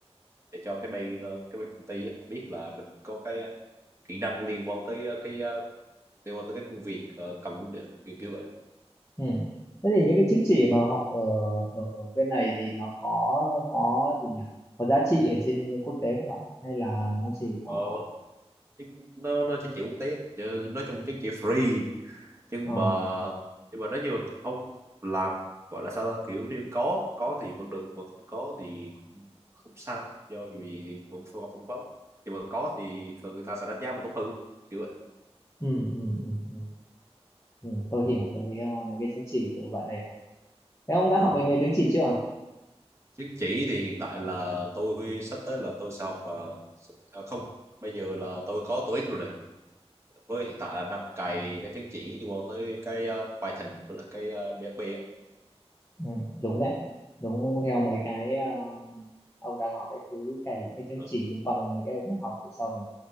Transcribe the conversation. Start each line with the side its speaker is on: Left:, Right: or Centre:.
Right: để cho cái bên ờ, cái bên công ty họ biết là mình có cái kỹ năng liên quan tới ờ, cái ờ, liên quan tới cái công việc ờ, cần kìa, kiểu kiểu vậy
Left: ừ. Thế thì những cái chứng chỉ mà học ở, ở, ở bên này thì nó có có gì nhỉ? Có giá trị ở trên quốc tế không bạn? Hay là nó chỉ có
Right: ờ, chứ nó nó chứng chỉ quốc tế á, chứ nói chung chứng chỉ free nhưng
Left: ừ,
Right: mà nhưng mà nói như là ông làm gọi là sao ta kiểu như có có thì vẫn được mà không có thì cũng không sao do dù gì thì cũng không phỏng vấn nhưng mà có thì người ta sẽ đánh giá mình tốt hơn kiểu vậy
Left: ừ, ừ, ừ, ừ. Ừ, tôi hiểu cái ờ, mấy cái chứng chỉ kiểu loại này rồi. Thế ông đã
Right: ừ
Left: học được nhiều chứng chỉ chưa?
Right: chứng chỉ thì hiện tại là tôi sắp tới là tôi sẽ học ờ, s- à, không bây giờ là tôi có TOEIC rồi này với hiện tại là đang cày cái chứng chỉ liên quan tới cái ờ, bài thỉnh với lại cái uh, BSB á.
Left: Ừ, đúng đấy. Đúng theo mấy cái ờ, ông đang học cái thứ cày những cái chứng
Right: ừ.
Left: chỉ liên quan đến mấy cái ông học để sau này